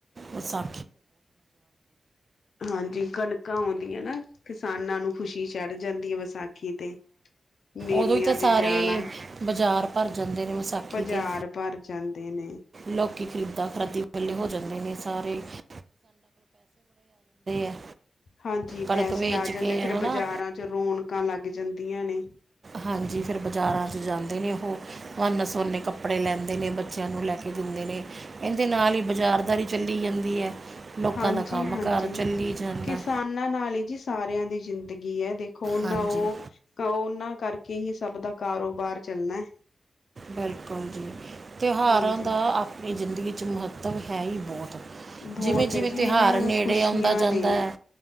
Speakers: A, on the right; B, on the left.
A: ਵਸਾ
B: ਹਾਂਜੀ, ਕਨਕਾਂ ਆਂਓਦੀਆਂ ਨਾ ਕਿਸਾਨਾਂ ਨੂੰ ਖੁਸ਼ੀ ਚੜ ਜਾਂਦੀ ਐ ਵਸਾਖੀ ਤੇ ਮੇਲਿਆਂ
A: ਓਦੋਂ ਈ ਤਾਂ
B: ਤੇ
A: ਸਾਰੇ
B: ਜਾਣਾ
A: ਬਜਾਰ ਭਰ ਜਾਂਦੇ ਨੇ ਵਸਾਖੀ
B: ਬਾਜ਼ਾਰ
A: ਤੇ,
B: ਭਰ ਜਾਂਦੇ ਨੇ
A: ਲੋਕੀ ਖਰੀਦਾ- ਖਰਾਦੀ ਵੱਲੇ ਹੋ ਜਾਂਦੇ ਨੇ। ਤਾਰੀਖ ਆ
B: ਹਾਂਜੀ,
A: ਕਣਕ
B: ਪੈਸੇ
A: ਵੇਚ
B: ਆ ਜਾਂਦੇ
A: ਕੇ
B: ਫੇਰ
A: ਹਨਾ
B: ਬਜਾਰਾਂ ਚ ਰੋਨਕਾਂ ਲੱਗ ਜਾਂਦੀ ਆਂ ਨੇ।
A: ਹਾਂਜੀ, ਫੇਰ ਬਜਾਰਾਂ ਚ ਜਾਂਦੇ ਨੇ ਓਹ ਵੰਨ- ਸਵੰਨੇ ਕੱਪੜੇ ਲੈਂਦੇ ਨੇ ਬੱਚਿਆਂ ਨੂੰ ਲੈ ਕੇ ਦਿੰਦੇ ਨੇ ਏਂਦੇ ਨਾਲ ਈ ਬਜਾਰਦਾਰੀ ਚੱਲੀ ਜਾਂਦੀ <inaudible> ਲੋਕਾਂ
B: ਹਾਂਜੀ,
A: ਦਾ ਕੰਮਕਾਰ
B: ਹਾਂਜੀ
A: ਚੱਲੀ ਜਾਂਦਾ
B: ਕਿਸਾਨਾਂ ਨਾਲ ਈ ਜੀ ਸਾਰੇਆਂ ਦੀ ਜ਼ਿੰਦ ਗੀ ਐ ਦੇਖ ਕਰੋਨਾ
A: ਹਾਂਜੀ
B: ਓਹ ਕਰੋਨਾ ਕਰਕੇ ਹੀ ਸਭ ਦਾ ਕਾਰੋਬਾਰ ਚੱਲਨੈ।
A: ਬੇਲਕੋਲ ਜੀ, ਤੇਓਹਾਰਾਂ
B: ਹਾਂਜੀ
A: ਦਾ ਆਪਨੀ ਜਿਂਦਗੀ ਚ ਮਹੱ ਮਤਲਬ ਹੈ ਈ ਬੋਤ।
B: ਬਹੁਤ
A: ਜਿਵੇਂ- ਜਿਵੇਂ
B: ਹੈ ਜੀ
A: ਤੇ਼ਹਾਰ
B: ਇਹਨਾਂ
A: ਨੇੜੇ
B: ਨੇ ਖ਼ੁਸ਼ੀਆਂ
A: ਆਉਂਦਾ ਜਾਂਦੈ
B: ਨੇ
A: ਐ,